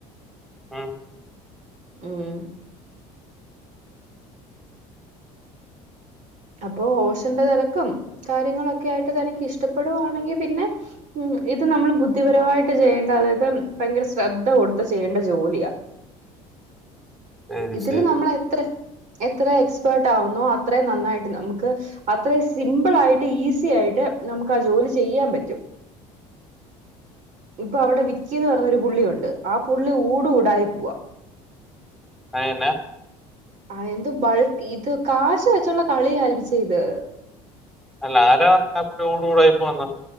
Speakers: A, in the centre; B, on the right.
A: ഉം,
B: ഉം അപ്പോ ഓഷന്റെ തിരക്കും കാര്യങ്ങളൊക്കെ ആയിട്ട് തനിക്ക് ഇഷ്ടപ്പെടുകവാണെങ്കിൽ പിന്നെ ഉ ഇത് നമ്മൾ ബുദ്ധിപരമായിട്ട് ചെയ്യേണ്ട അതായത് ഭയങ്കര ശ്രദ്ധ കൊടുത്ത ചെയ്യേണ്ട ജോലിയാ
A: ശരി
B: ഇതില്
A: ശരി
B: നമ്മൾ എത്ര എത്ര എക്സ്പേർട്ട് ആകുന്നോ അത്ര നന്നായിട്ട് നമുക്ക് അത്ര സിമ്പിൾ ആയിട്ട് ഈസി ആയിട്ട് നമുക്ക് ആ ജോലി ചെയ്യാൻ പറ്റും ഇപ്പൊ അവിടെ വിക്കിന്ന് പറഞ്ഞ ഒരു പുള്ളിയുണ്ട് ആ പുള്ളി ഊട് ൂടായി പോവാ
A: ആ എന്നാ
B: ആ എന്തോ ബൾക്ക് ഇത് കാശ വെച്ചുള്ള കളിയ ആല്പിച്ച ഇത്
A: അല്ല ആരാ പറഞ്ഞ കൂട കൂടൊയിപ്പോന്ന്